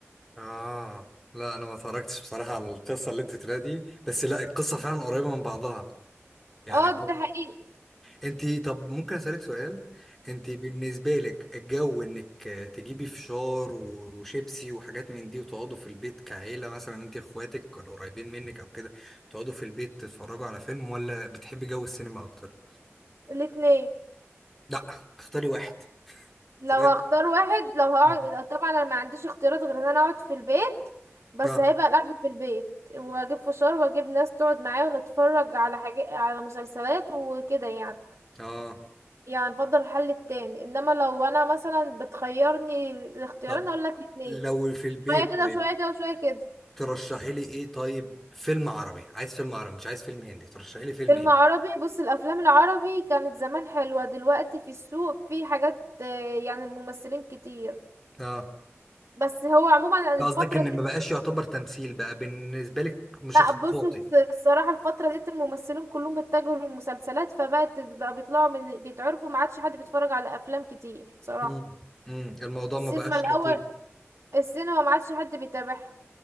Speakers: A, in the centre; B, on the right.
A: اه لا انا ما اتفرجتش بصراحه على القصه اللي انت تلاقي دي بس لا القصه فعلا قريبه من بعضها يعني
B: اه ده حقيقي
A: انتي طب ممكن اسالك سؤال انتي بالنسبه لك الجو انك آه، تجيبي فشار و- وشيبسي وحاجات من دي وتقعدوا في البيت كعيله مثلا انتي اخواتك ولا قريبين منك او كده تقعدوا في البيت تتفرجوا على فيلم ولا بتحبي جو السينما اكتر
B: الاتنين
A: لا اختاري واحد
B: لو
A: تمام
B: هختار واحد لو هقعد
A: <laughs>
B: طبعا انا ما عنديش اختيارات غير ان انا اقعد في البيت بس
A: اه
B: هيبقى القعدة في البيت واجيب فشار واجيب ناس تقعد معايا ونتفرج على حاجة على مسلسلات وكده يعني
A: اه
B: يعني نفضل الحل التاني انما لو انا مثلا بتخيرني الاختيارين
A: طب
B: اقول لك الاتنين
A: لو في البيت
B: شوية كده
A: طيب
B: وشوية كده وشوية كده
A: ترشحي لي ايه طيب فيلم عربي عايز فيلم عربي مش عايز فيلم هندي ترشحي لي فيلم
B: فيلم
A: ايه
B: عربي بص الافلام العربي كانت زمان حلوة دلوقتي في السوق في حاجات آه، يعني الممثلين كتير
A: اه
B: بس هو عموما
A: قصدك
B: الفترة
A: ان
B: دي
A: ما بقاش يعتبر تمثيل بقى بالنسبه لك مشخصات
B: لا بص الص- الصراحة الفترة ديت الممثلين كلهم اتجهوا للمسلسلات فبقت بقى بيطلعوا من بيتعرفوا ما عادش حد بيتفرج على أفلام كتير بصراحة
A: مم. مم. الموضوع
B: السينما
A: ما بقاش
B: الأول
A: لطيف
B: السينما ما عادش حد بيتابعها